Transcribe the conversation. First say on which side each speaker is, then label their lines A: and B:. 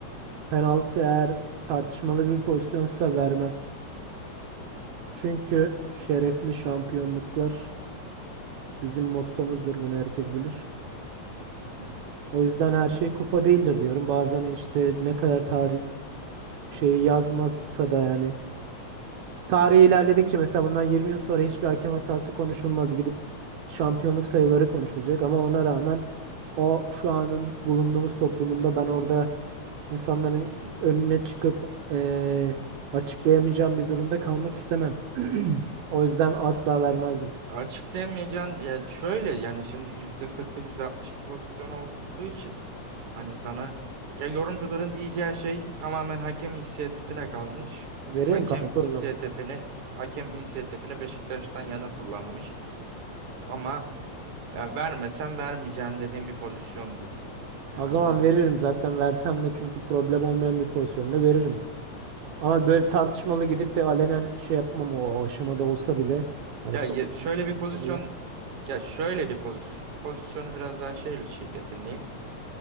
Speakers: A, on the right (about 75°); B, on the right (about 55°).
A: penaltı eğer tartışmalı bir pozisyonsa vermem. Çünkü şerefli şampiyonluklar bizim mottomuzdur. Bunu herkes bilir.
B: Hı hı
A: O yüzden her şey kupa değildir diyorum. Bazen işte ne kadar tarih şeyi yazmazsa da yani Tarih ilerledikçe mesela bundan 20 yıl sonra hiçbir hakem hatası konuşulmaz. Gidip şampiyonluk sayıları konuşulacak ama ona rağmen o şu anın bulunduğumuz toplumunda ben orada insanların
B: hı. hı.
A: önüne çıkıp eee, açıklayamayacağım bir durumda kalmak istemem. <clears throat> O yüzden asla vermezdim.
B: Açıklayamayacaksın ya şöyle yani şimdi yüzde kırkı yüzde altmış bir pozisyon olduğu için hani sana ya yorumcuların diyeceği şey tamamen hakem inisiyatifine kalmış.
A: Veririm
B: Hakem
A: kanka
B: inisiyatifini
A: o zaman.
B: hakem inisiyatifini Beşiktaş'tan yana kullanmış ama ben vermesem vermeyeceğim dediğim bir pozisyondur. Yani
A: O
B: anladın
A: zaman veririm
B: mı?
A: zaten versem de çünkü problem olmayan bir pozisyonda veririm. Ama böyle tartışmalı gidip de alenen şey yapmam o aşamada olsa bile hani
B: Ya
A: son
B: ye- şöyle bir
A: olsa
B: pozisyon
A: bile.
B: Ya şöyle bir pozisyon, pozisyonu biraz daha şey şey yeteneğim.